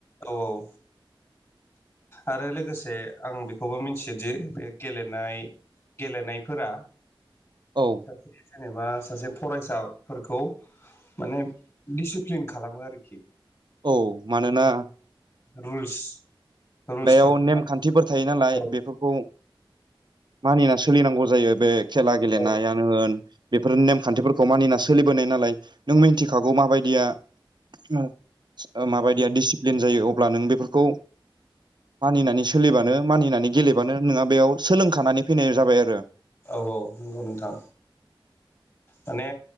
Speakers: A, on the left; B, on the right.
A: औ औ आरो लोगोसे आं बेखौबो मिथियोदि बे गेलेनाय गेलेनायफोरा
B: औ
A: <unintelligible> जेनेबा सासे फरायसाफोरखौ माने दिसिप्लिन खालामो आरोखि
B: औ मानोना
A: रुल्स रुल्सफोरखौ
B: बेयाव नेमखान्थिफोर
A: माने
B: थायो नालाय
A: औ
B: बेफोरखौ मानिना सोलिनांगौ जायो बे खेला गेलेनायानो
A: औ
B: होन बेफोर नेमखान्थिफोरखौ मानिना सोलिबोनाय नालाय नों मिथिखागौ माबायदिया ओ माबायदिया डिसिप्लिन जायो अब्ला नों बेफोरखौ मानिनानै सोलिबानो मानिनानै गेलेबानो नोंहा बेयाव सोलोंखानानै फैनाय जाबाय आरो
A: औ औ नंगौ नोंथां माने